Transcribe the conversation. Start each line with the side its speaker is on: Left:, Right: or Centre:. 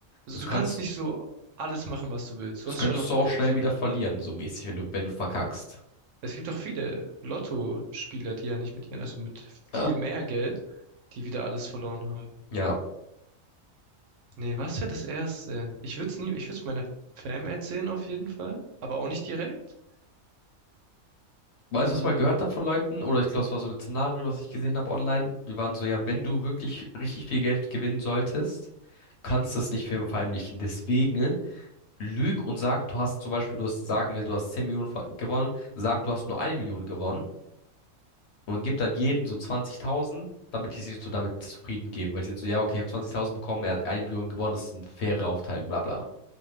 Right: Also
Left: Also
Right: du
Left: kannst
Right: kannst nicht so alles machen, was du willst. Du
Left: Das
Right: hast
Left: könntest
Right: schon noch Begrenzungen.
Left: du auch schnell wieder verlieren, so mäßig, wenn du, wenn du verkackst.
Right: Ja. Es gibt auch viele Lottospieler, die ja nicht mit ihren, also mit viel
Left: Ja,
Right: mehr Geld, die wieder alles verloren haben.
Left: ja.
Right: Nee, was wäre das Erste? Ich würde es nie, ich würde es meiner Fam erzählen auf jeden Fall, aber auch nicht direkt.
Left: Weißt
Right: Mm,
Left: du, was ich mal gehört habe von Leuten? Oder ich glaube, es war so ein Szenario, was ich gesehen habe online. Die waren so, ja, wenn du wirklich richtig viel Geld gewinnen solltest, du kannst das nicht ver- verheimlichen. Deswegen lüg und sag, du hast zum Beispiel, du hast, sagen wir, du hast 10 Millionen ver- gewonnen, sag, du hast nur eine Million gewonnen und gib dann jedem so 20.000, damit die sich so damit zufrieden geben. Weil die sind so, ja, okay, ich habe 20.000 bekommen, er hat eine Million gewonnen, das ist eine faire Aufteilung, bla bla.